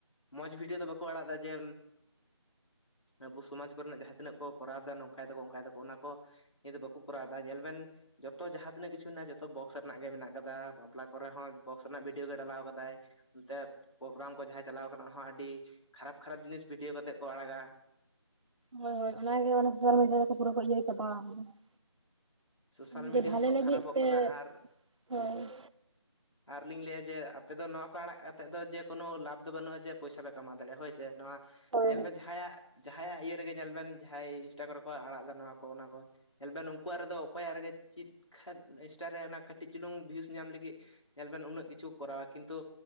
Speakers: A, on the left (about 85°); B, on the right (about 80°).
A: ᱢᱚᱡᱽ ᱵᱷᱤᱰᱭᱳ ᱫᱚ ᱵᱟᱠᱚ ᱟᱲᱟᱜ ᱫᱟ ᱡᱮ ᱟᱵᱚ ᱥᱚᱢᱟᱡᱽ ᱠᱚᱨᱮᱱᱟᱜ ᱡᱟᱦᱟᱸ ᱛᱤᱱᱟᱹᱜ ᱠᱚ ᱠᱚᱨᱟᱣᱮᱫᱟ ᱱᱚᱝᱠᱟᱭ ᱫᱟᱠᱚ ᱚᱱᱠᱟᱭ ᱫᱟᱠᱚ ᱚᱱᱟ ᱠᱚ ᱱᱤᱭᱟᱹ ᱫᱚ ᱵᱟᱠᱚ ᱠᱚᱨᱟᱣ ᱮᱫᱟ ᱧᱮᱞ ᱵᱮᱱ ᱡᱚᱛᱚ ᱡᱟᱦᱟᱸ ᱛᱤᱱᱟᱹᱜ ᱠᱤᱪᱷᱩ ᱢᱮᱱᱟᱜᱼᱟ ᱡᱚᱛᱚ ᱵᱚᱠᱥ ᱨᱮᱱᱟᱜ ᱜᱮ ᱢᱮᱱᱟᱜ ᱠᱟᱫᱟ ᱵᱟᱯᱞᱟ ᱠᱚᱨᱮ ᱦᱚᱸ ᱵᱚᱠᱥ ᱨᱮᱱᱟᱜ ᱵᱷᱤᱰᱭᱳ ᱜᱮ ᱰᱟᱞᱟᱣ ᱠᱟᱫᱟᱭ ᱾ ᱱᱚᱱᱛᱮ ᱯᱨᱳᱜᱨᱟᱢ ᱠᱚ ᱡᱟᱦᱟᱸᱭ ᱪᱟᱞᱟᱣ ᱠᱟᱱᱟ ᱚᱱᱟᱦᱚᱸ ᱟᱹᱰᱤ ᱠᱷᱟᱨᱟᱯ ᱠᱷᱟᱨᱟᱯ ᱡᱤᱱᱤᱥ ᱵᱷᱤᱰᱭᱳ ᱠᱟᱛᱮᱜ ᱠᱚ ᱟᱲᱟᱜᱟ ᱾
B: ᱦᱳᱭ ᱦᱳᱭ ᱚᱱᱟᱜᱮ ᱚᱱᱟ ᱥᱚᱥᱟᱞ ᱢᱤᱰᱤᱭᱟ ᱫᱚᱠᱚ ᱯᱩᱨᱟᱹ ᱤᱭᱟᱹ ᱪᱟᱵᱟᱣ ᱠᱟᱫᱟ ᱾
A: ᱥᱳᱥᱟᱞ
B: ᱡᱮᱹ
A: ᱢᱤᱰᱤᱭᱟ
B: ᱵᱷᱟᱞᱮᱹ
A: ᱦᱚᱸ
B: ᱞᱟᱹᱜᱤᱫ
A: ᱠᱷᱟᱨᱟᱯᱚᱜ
B: ᱛᱮ
A: ᱠᱟᱱᱟ ᱟᱨ
B: ᱦᱮᱸ ᱾
A: ᱟᱨᱞᱤᱧ ᱞᱟᱹᱭᱟ ᱡᱮ ᱟᱯᱮ ᱫᱚ ᱱᱚᱣᱟ ᱠᱚ ᱟᱲᱟᱜ ᱮᱫ ᱫᱚ ᱡᱮᱹ ᱠᱳᱱᱳ ᱞᱟᱵᱷ ᱫᱚ ᱵᱟᱹᱱᱩᱜᱼᱟ ᱡᱮᱹ ᱯᱚᱭᱥᱟ ᱯᱮ ᱠᱟᱢᱟᱣ ᱫᱟᱲᱮᱭᱟᱜᱼᱟ ᱦᱳᱭ ᱥᱮ ᱱᱚᱣᱟ
B: ᱦᱳᱭ
A: ᱧᱮᱞ ᱢᱮ ᱡᱟᱦᱟᱸᱭᱟᱜ ᱡᱟᱦᱟᱸᱭᱟᱜ ᱤᱭᱟᱹ ᱨᱮᱜᱮ ᱧᱮᱞ ᱵᱮᱱ ᱡᱟᱦᱟᱸᱭ ᱤᱱᱥᱴᱟ ᱠᱚᱨᱮ ᱠᱚ ᱟᱲᱟᱜ ᱮᱫᱟ ᱱᱚᱣᱟ ᱠᱚ ᱚᱱᱟ ᱠᱚ ᱧᱮᱞᱵᱤᱱ ᱱᱩᱠᱩᱣᱟᱜ ᱨᱮᱫᱚ ᱚᱠᱚᱭᱟᱜ ᱨᱮᱜᱮ ᱪᱮᱫ ᱠᱷᱟᱱ ᱤᱱᱥᱴᱟ ᱨᱮ ᱚᱱᱟ ᱠᱟᱹᱴᱤᱡ ᱪᱩᱞᱩᱝ ᱵᱷᱤᱭᱩᱥ ᱧᱟᱢ ᱞᱟᱹᱜᱤᱫ ᱧᱮᱞ ᱵᱮᱱ ᱩᱱᱟᱹᱜ ᱠᱤᱪᱷᱩ ᱠᱚᱨᱟᱣᱟ ᱠᱤᱱᱛᱩ